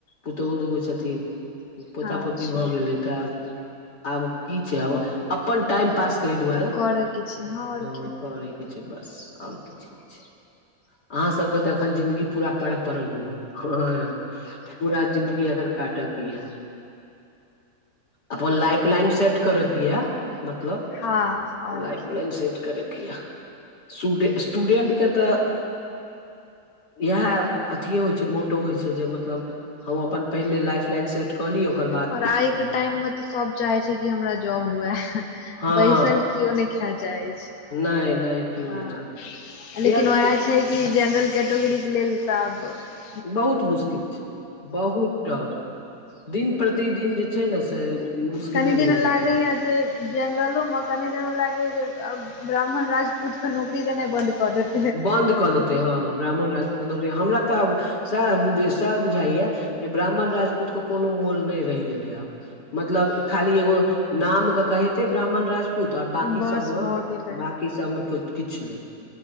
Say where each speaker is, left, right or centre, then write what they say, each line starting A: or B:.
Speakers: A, on the left; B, on the left.
A: पुतोहु दूगो छथिन पोता-पोती
B: हँ अच्छा
A: भऽ गेलै तऽ आब-आब की छै आब अपन टाइम पास करै दुआरे हँ
B: करयके छै आओर की
A: करै के छै बस आओर किछ नै छै अहाँ सबके तऽ अखन जिन्दगी पूरा पड़-पड़ल यऽ हँ पूरा जिन्दगी अखन काटके यऽ अपन लाइफ-लाइन सेट करयके यऽ मतलब
B: हँ आओर
A: लाइफ-लइन
B: की
A: सेट करैके यऽ सूडे स्टूडेंट के तऽ इहए अथियो होइ छै मोटो होइ छै जे मतलब हम अपन पहिले लाइफ-लाइन र्सिफ क ली ओकर बाद
B: आओर
A: किछ
B: आइके
A: करू
B: टाइममे तऽ सब चाहै छै की हमरा जॉब हुए
A: हँ
B: बैसल कीओ नै खाए चाहय छै
A: नहि नहि केओ
B: अँ
A: नहि चाही कियाकि
B: लेकिन ओहए छै कि जेनरल कैटोगरीके लेल तऽ आब
A: बहुत मुश्किल छै बहुत टफ दिन-प्रतिदिन जे छै ने से मुश्किले
B: कनि दिना
A: भेल
B: लागैया
A: जा
B: जे जेनरलो मे कनि दिन मे लागैया जे अब ब्राह्मण राजपूत के नौकरी देनाइ बंन्द कऽ देत
A: बन्द कऽ देतै हँ ब्राह्मण राजपूत के नौकरी हमरा तऽ अब सएह बुझ सएह बुझाइया जे ब्राह्मण राजपूत के कोनो मोल नै रहि गेलै आब मतलब खाली एगो नाम के कहैतै ब्राह्मण राजपु पूत आ बाकी
B: बस
A: सबमे
B: भऽ गेलै
A: बाकी सबमे किछ नै